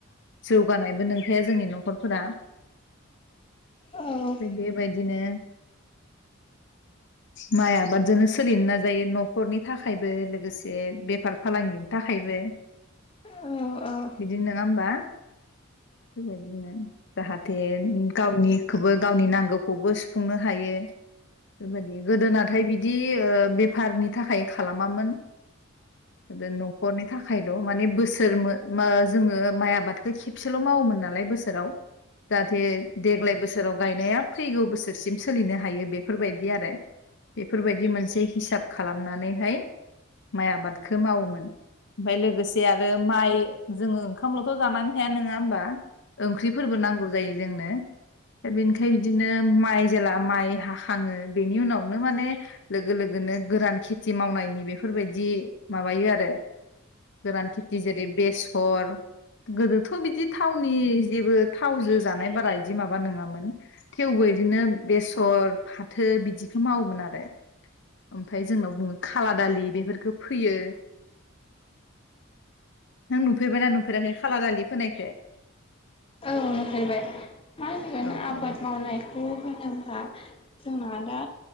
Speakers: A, on the left; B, on the left.
A: जौगानायबो नोंखाया जोंनि न'खरफोरा
B: औ
A: बेबायदिनो। माइ आबादजोनो सोलिनो नाजायो न'खरनि थाख खायबो लोगोसे बेफार फालांगिनि थाखायबो
B: औ नुफेरबाय
A: बिदि नङा होमबा बेबायदिनो जाहाथे गावनि खौबो गावनि नांगौखौबो सुफुंनो हायो। बेबादि गोदोनाथाय बिदि ओ बेफारनि थाखाय खालामामोन बे न'खरनि थाख खायल' माने बोसोर मो मो जोंङो माइ आबादखो खेबसेल' मावोमोन नालाय बोसोराव जाहाथे देग्लाय बोसोराव गायनाया फैगौ बोसोरसिम सोलिनो हायो बेफोरबायदि आरो। बेफोरबायदि मोनसे हिसाब खालामनानै फाय माइ आबादखो मावोमोन ओमफाय लोगो एसे आरो माइ जोंङो ओंखामल'थ' जानानै था नोंआ होमबा? ओंख्रिफोरबो नांगौ जायो जोंनो बे बेनिखाय बिदिनो माइ जेला माइ हाखांङो बेनि उनावनो माने लोगो लोगोनो गोरान खेथि थि मावनायनि बेफोरबायदि माबायो आरो गोरान खिथि जेरै बेसर गोदोथ' बिदि थावनि जेबो थावजो जानाय बारा बिदि माबा नोंङामोन थेवबो बिदिनो बेसर फाथो बिदिखौ मावोमोन आरो। ओमफाय जोंनाव बुंङो खाला दालि बेफोरखो फोयो नों नुफेरबायना नुफेराखै खाला दालि फोनायखो?
B: औ नुफेरबाय मा होनगोन
A: औ
B: आबाद
A: औ
B: मावनायखौ होनोब्ला जोंना दा